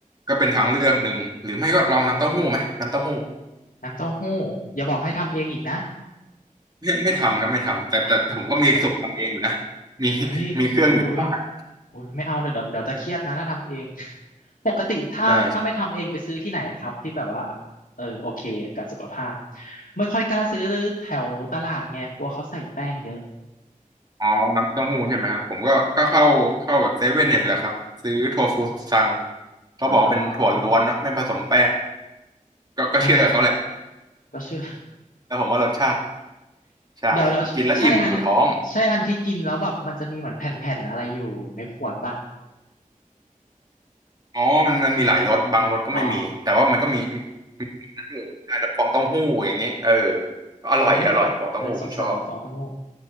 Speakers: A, on the right; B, on the left.
A: ก็เป็นทางเลือกหนึ่งหรือไม่ก็ลองน้ำเต้าหู้ไหมน้ำเต้าหู้
B: น้ำเต้าหู้อย่าบอกให้ทำเองอีกนะ
A: ไม่ไม่ทำครับไม่ทำแต่แต่แต่ผมก็มีสูตรทำเองอยู่นะ
B: <laughs>
A: มี
B: เฮ้ยโอ้ย
A: มีเครื่องอยู่ที่บ้าน
B: โอ้ยไม่เอาเดี๋ยวเดี๋ยวเดี๋ยวจะเครียดนะถ้าทำเอง <laughs> ปกติถ้าถ้าไม่ทำเองไปซื้อที่ไหนครับที่แบบว่า
A: ใช่
B: เออโอเคกับสุขภาพไม่ค่อยกล้าซื้อแถวตลาดไงกลัวเขาใส่แป้งเยอะ
A: อ๋อน้ำเต้าหู้ใช่ไหมครับผมก็ก็เข้าเข้าแบบเซเว่นเนี่ยแหละครับซื้อโทฟูซังเขาบอกเป็นถั่วล้วนเนาะไม่ผสมแป้ง
B: อ่า
A: ก็ก็เชื่อเขาแหละ
B: เออก็เชื่อ
A: แล้วผมว่ารสชาติ
B: <laughs>
A: ใช่กินแล้วอิ่มอยู่ท้อง
B: เดี๋ยวเดี๋ยวใช่อันใช่อันที่กินแล้วแบบมันจะมีเหมือนแผ่นๆอะไรอยู่ในขวดป่ะ
A: อ๋อมันมันมีหลายรสบางรสก็ไม่มีแต่ว่ามันก็มี
B: อ๋อ
A: มีอยู่รสฟองเต้าหู้อย่างเงี้ยเอออร่อยอร่อยฟองเต้าหู้ผมชอบ
B: เออเออเออสงสัยเหมือนฟองเต้าหู้